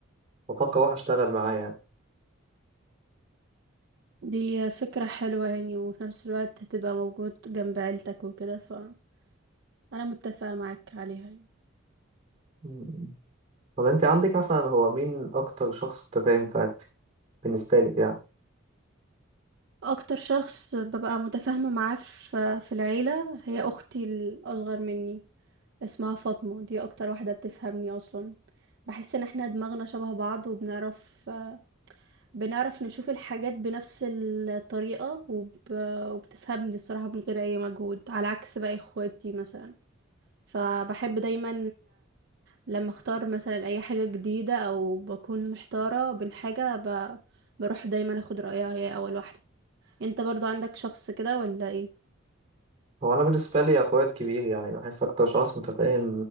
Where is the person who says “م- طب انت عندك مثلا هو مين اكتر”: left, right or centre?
Right